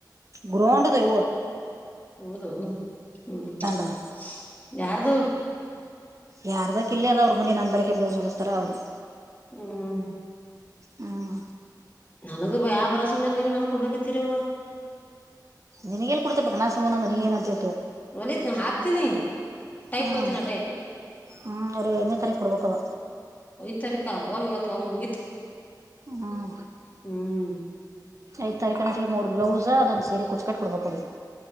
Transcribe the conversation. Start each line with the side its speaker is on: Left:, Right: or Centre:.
Right: ಗ್ರೌಂಡದೆ
Left: ಹೌದು ಹ್ಮ್
Right: ಅದ
Left: <inaudible> ಯಾರ್ದು
Right: ಯಾರದಕ್ಕ ಇಲ್ಲ ಅದ ಅವ್ರ ಮನಿ ನಂದ ಬಳಿಕೆ ಬ್ಲೌಸ್ ಹೊಲಿಸ್ತಾರ ಅವ್ರದು
Left: ಹ್ಮ್
Right: ಹ್ಮ್
Left: ನನಗ ಯಾವ ಭರವಸೆ ಮ್ಯಾಲ ನೀವು ನನಗ್ ಕೊಡ್ಲಕತ್ತೀರವ
Right: ನಿನಗೆ ಎಲ್ ಕುಡ್ತಬೇಕ ನಾ ಸಮ್ ಅಂದ ನೀನಾಂತಿಯ
Left: <unintelligible> ಹಾಕ್ತೀನಿ ಟೈಮ್
Right: ಹ್ಮ್
Left: ತೋಗತೀನಿ ಅಟೆ
Right: ಹ್ಮ್ ಅವ್ರಿಗೆ ಐದನೇ ತಾರೀಕು ಕೊಡ್ಬೇಕವ
Left: <unintelligible> <unintelligible>
Right: ಹ್ಮ್
Left: ಹ್ಮ್
Right: ಐದ್ ತಾರೀಕ <inaudible> ಮೂರ್ ಬ್ಲೌಸ್ ಅದೊಂದು ಸೀರೆ ಕುಚ್ಕಟ್ಟಿ ಕೊಡ್ಬೇಕು ಅವ್ರಿಗೆ